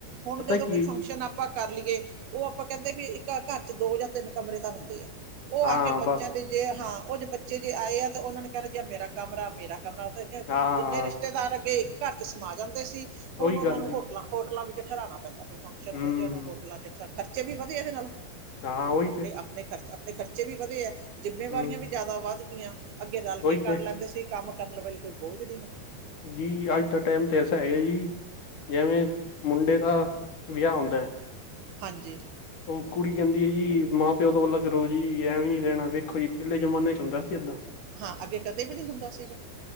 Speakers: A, on the right; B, on the left.
A: ਹੁਣ
B: ਪਤਾ
A: ਜਦੋਂ
B: ਕੀ
A: ਕੋਈ
B: ਹੈ
A: ਫੰਕਸ਼ਨ
B: ਜੀ
A: ਆ- ਕਰ ਲਈਏ ਉਹ ਆਪਾਂ ਕੇਂਦੇ ਵੀ ਇੱਕ ਘਰ 'ਚ ਦੋ ਜਾਂ ਤਿੰਨ ਕਮਰੇ ਤਾਂ ਹੁੰਦੇ ਆ। ਓ
B: ਹਾਂ
A: ਆ ਕੇ ਬੱਚਿਆਂ
B: ਬਸ
A: ਦੇ ਜੇ ਹਾਂ। ਓ ਜੇ ਬਚ- ਪੇ ਜੇ ਆਏ ਆ ਤੇ ਉਨਾਂ ਨੇ ਕੇਣਾ ਆ ਮੇਰਾ ਕਮਰਾ। ਆ ਮੇਰਾ- <unintelligible>
B: ਹਾਂ
A: ਜਿੰਨੇ
B: ਹਾਂ,
A: ਰਿਸ਼ਤੇਦਾਰ ਅੱਗੇ ਇੱਕ- ਘਰ 'ਚ ਸਮਾ ਜਾਣ ਦੇ ਸੀ ਹੁਣ
B: ਉਹੀ
A: ਉਨਾਂ
B: ਗੱਲ
A: ਨੂੰ
B: ਹੈ ਜੀ
A: ਹੋਟਲਾਂ -ਹੋਟਲਾਂ ਵਿੱਚ- ਤੇ ਠਰਾਣਾ ਪੈਂਦਾ। ਕੋਈ ਫੰਕਸ਼ਨ-
B: ਹੂੰ
A: ਉਦੇ ਉਨਾ ਹੋਟਲਾ ਚਢ- ਖਰਚੇ ਵੀ ਵਧੇ ਇਦੇ ਨਾਲ-
B: ਹਾਂ ਉਹੀ
A: ਆਪਣੇ
B: ਤੇ
A: ਆਪਣੇ ਖਰਚ- ਤੇ ਖਰਚੇ ਵੀ ਵਧੇ ਐ। ਜਿੰਮੇਵਾਰੀਆਂ
B: ਹੂੰ
A: ਵੀ ਜ਼ਾਦਾ ਵੱਧ- ਈਆਂ। ਅੱਗੇ ਰਲ
B: ਉਹੀ
A: ਕੇ
B: ਤੇ
A: ਕਰ ਲੈਂਦੇ ਸੀ ਕੰਮ। ਕਰਨ ਵਲੇ ਕੋਈ ਬੋਝਦੀ ਨੀ।
B: ਜੀ ਅੱਜ ਦਾ ਟੈਮ ਤੇ ਐਸਾ ਹੈਗਾ ਜੀ। ਜਿਵੇਂ ਮੁੰਡੇ ਦਾ- ਵਿਆਹ ਹੁੰਦਾ ਐ।
A: ਹਾਂਜੀ
B: ਹੁਣ ਕੁੜੀ ਕੇਂਦੀ ਏ ਜੀ ਮਾਂ ਪਿਓ ਤੋਂ ਅਲੱਗ ਰੋ ਜੀ। ਐਵੇਂ ਨੀ ਰੇਣਾ ਵੇਖੋ ਜੀ ਪੇਲੇ ਜਮਾਨੇ 'ਚ ਹੁੰਦਾ ਸੀ ਏਦਾਂ।
A: ਹਾਂ ਅੱਗੇ ਕਦੇ ਵੀ ਨੀ ਹੁੰਦਾ ਸੀਗਾ।